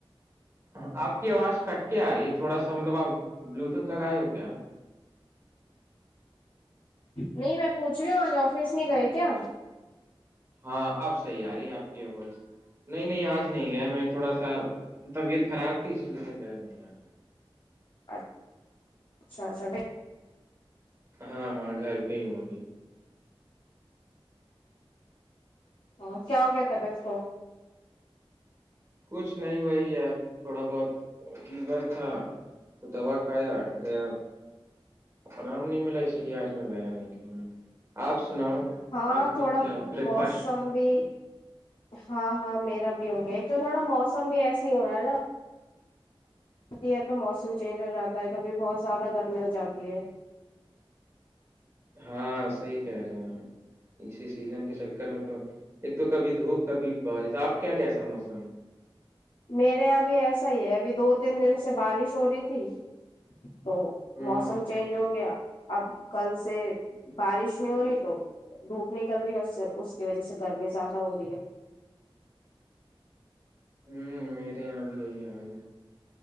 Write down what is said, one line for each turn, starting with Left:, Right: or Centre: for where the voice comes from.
Right: ہ آپ کی آواز کٹ کے آ رہی ہے تھوڑا سا مطلب آپ بلوٹوتھ لگائے ہو کیا
Left: نہیں میں پوچھ رہی ہوں آج آفس میں گئے کیا
Right: ہاں آپ صحیح آ رہی آپ کی آو نہیں نہیں آج نہیں گیا میں تھوڑا سا طبیعت خراب تھی اس لیے میں گیا نہیں آج
Left: اچ اچھا اچھا
Right: ہاں ہاں گھر پہ ہی ہوں ابھی
Left: ا کیا ہو گ کیا تبیت کو
Right: کچھ نہیں بھائی یار تھوڑا بہت فیور تھا تو دوا کھایا گیا آام نہیں ملا اسی لیے آج میں گیا نہیں کہ میں آپ سناؤ
Left: ہاں
Right: آپ نے
Left: تھوڑا
Right: کیا بریک
Left: موسم
Right: فاسٹ
Left: بھی ہاں ہاں میرا بھی ہو گیا ایک تو تھوڑا موسم بھی ایس ہی ہو رہا ہے نا ہوتی ہے تو موسم چینج ہو جاتا ہے کبھی بہت زیادہ گرمی ہو جاتی ہے
Right: ہاں صحی کہہ رہی ہیں اسی سیزن کے چکر میں تو ایک تو کبھی دھوپ کبھی بارش آپ کے یہاں کیسا موسم ہے
Left: میرے یہاں بھی ایسا ہی ہے ابھی دو تین دن سے بارش ہو رہی تھی تو
Right: ہے ہوں
Left: موسم چینج ہو گیا اب کل سے بارش نہیں ہو رہی تو دھوپ نکل رہی ہے اس سے اس کی وجہ سے گرمی زیادہ ہو رہی ہے
Right: ہوں میرے یہاں بھی یہی حال ہے